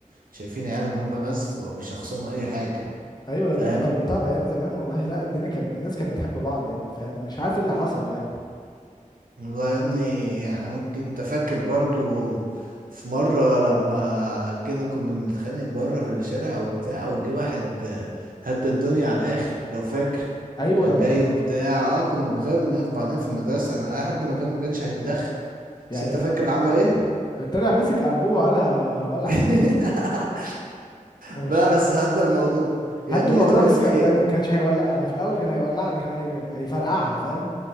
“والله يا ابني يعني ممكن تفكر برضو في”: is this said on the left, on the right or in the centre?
Right